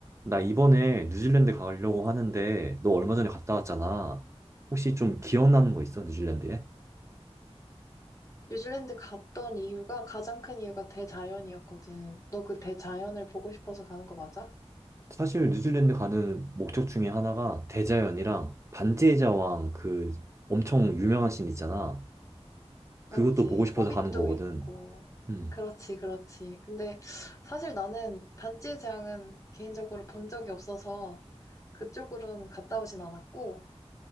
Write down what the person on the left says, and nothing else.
뉴질랜드 갔던 이유가 가장 큰 이유가 대자연이었거든. 너 그 대자연을 보고 싶어서 가는 거 맞아?
맞지.
호빗도
있고.
그렇지, 그렇지. 근데 사실 나는 반지의 제왕은 개인적으로 본 적이 없어서 그쪽으로는 갔다 오진 않았고,